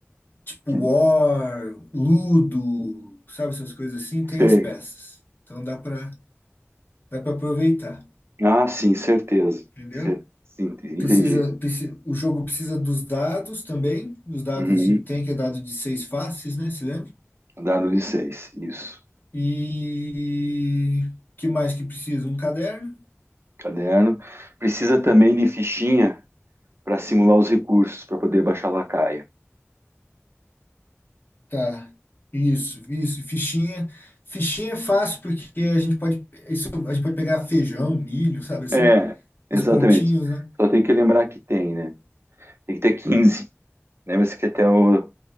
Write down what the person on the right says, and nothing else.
Que-
Sei.
Ah, sim, certeza.
Cer- sim, entendi.
Uhum.
Dado de seis, isso.
Caderno. Precisa também de fichinha para simular os recursos para poder baixar lacaia.
É, exatamente.
Só tem que lembrar que tem, né? Tem que ter quinze Lembra-se que até o